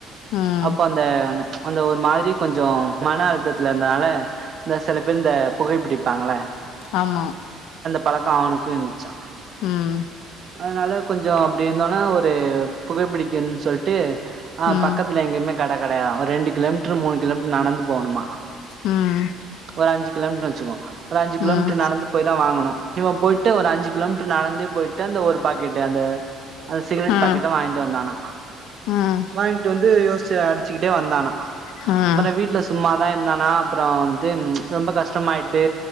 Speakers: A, on the left (about 75°); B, on the right (about 35°).
A: ம்
B: அப்ப அந்த ச்ச் அந்த ஒரு ஒரு மாரி கொஞ்சோ மன அழுத்தத்தில்ல இந்தனால இந்த சில பேர் இந்த புகைப்பிடிப் பாங்கல்ல
A: ஆம்மா
B: பழக்கோ அவனுக்கு இர்ந்துச்சா
A: ம்
B: அதனால கொஞ்சோ அப்பிடி இருந்தோன்னா ஒரு புகைப்பிடிக்குன் சொல்ட்டு அ
A: ம்
B: பக்கத்துல எங்கேமே கட கடையாதா ஒரு ரெண்டு கிலோமீட்ரு மூணு கிலோமீ நடந்து போணுமா
A: ம் ம்
B: ஒரு அஞ்சு கிலோமீ <unintelligible> வச்சுக்கோ ஒரு அஞ்சு கிலோமீட்ரு
A: ம்
B: நடந்து போய் தா வாங்கணு இவ போய்ட்டு ஒரு அஞ்சு கிலோமீட் ரு நடந்தே போய்ட்டு அந்த ஒரு பாக்கெட்டு அந்த அந்த <unintelligible>
A: ம் ம்
B: பாக்கெட்ட வாய்ன்ட்டு வந்தானா
A: ம் ம் ம்
B: வாய்ங்ட்டு வந்து யோஸ் ச்சு அடிச்சுக்கிட்டே வந்தானா
A: ம் ம் ம் ம் ம் ம் ம் ம் ம் ம்
B: ப்புற
A: ம் ம்
B: வீட்ல சும்மா வே இந்தானா அப்பறோ து ம் ச்ச் ரொம்ப கஷ்டமாய்ட்டு